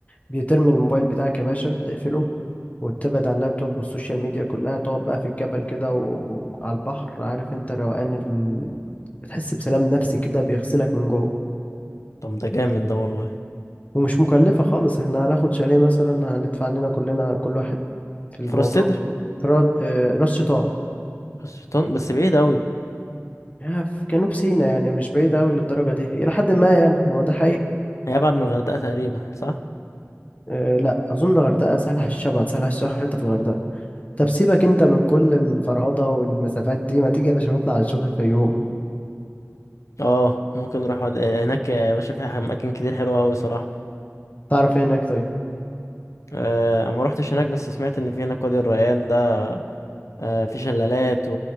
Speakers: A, on the left (about 30°); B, on the left (about 80°).
A: بيترمي الموبايل بتاعك يا باشا تقفله وتبعد عن اللابتوب والسوشيال ميديا كلها تقعد بقى في الجبل كده و- وعلى البحر عارف انت روقان ال... بتحس بسلام نفسي كده بيغسلك من جوه
B: طب ده جامد ده والله
A: ومش مكلفه خالص احنا هناخد شاليه مثلا هندفع لنا كلنا كل واحد في الموضوع
B: فراس سدر
A: كله في را- آه، راس شيطان
B: راس شيطان بس بعيد قوي
A: آه، في جنوب سيناء يعني مش بعيدة أوي للدرجة دي إلى حد ما يعني هو ده حقيقة
B: هي ابعد من الغردقه تقريبا صح
A: أه لا أظن الغردقة سهل حشيش أبعد سهل حشيش آخر حتة في الغردقة طب سيبك أنت من كل الفرهضة والمسافات دي ما تيجي يا باشا نطلع نشوف الفيوم
B: اه ممكن نروح واد... هناك يا باشا في اماكن كتير حلوه قوي صراحه
A: تعرف إيه هناك طيب
B: آه ما روحتش هناك بس سمعت ان في هناك وادي الريان ده آه في شلالات و...